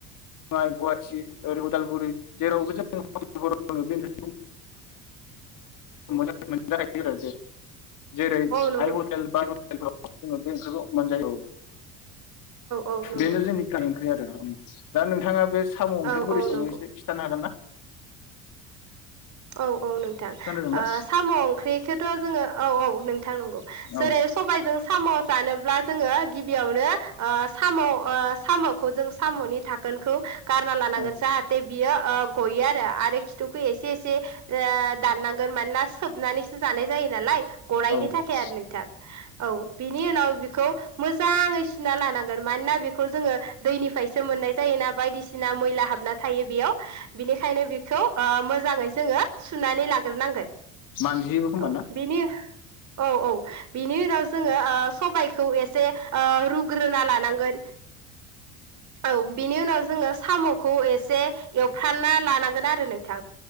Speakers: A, on the left; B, on the right.
A: माय गुवाटि ओरै गदालगुरि जेरावबो जा <unintelligible> मोनायो आरो जेरै
B: नंगौ औ
A: आइ हटेल बाय हटेलाव जोङो बे ओंख्रिखौ मोनजायो
B: औ नंगौ
A: बेनो जोंनि ग ओंख्रि आरो उम दा नोंथाङा बे स' ओंख्रि
B: औ
A: बोरै
B: औ
A: स समाव
B: नंगौ
A: एसे खिथानो हागोन ना <inaudible>
B: औ औ नों
A: खोनादोंना
B: ओ साम' ओंख्रिखौथ' जों औ औ नोंथां नंगौ जेरै
A: औ
B: सबायजों सा जानोब्ला जोङो गिबियावनो <unintelligible> ओ सामाव ओ साम'खौ जों साम'नि थाखोनखौ गारना लानांगोन
A: औ
B: जाहाथे बियो गयो आरो आरो खिथुखौ एसे एसे ओ दान नांगोन मानोना सोबनानैसो जानाय जायो नालाय गनायनि
A: औ-औ-औ-औ-औ-औ-औ-औ-औ-औ-औ
B: थाखाय आरो नोंथां औ बिनि उनाव बिखौ मोजाङै सुना लानांगोन मानोना बेखौ जोङो दैनिफ्रायसो मोननाय जायोना बायदिसिना मैला हाबना थायो बेयाव बिनिखायनो बे थ मोजाङै जोङो सुनानै लाग्रोनांगोन
A: मानजियोबो खोमा
B: औ
A: ना
B: बिनि औ औ बिनि उनाव जोङो ओ सबाइखौ एसे रुग्रोना लानांगोन औ बिनि उनाव जोङो साम'खौ एसे फानना लानांगोन आरो नोंथां।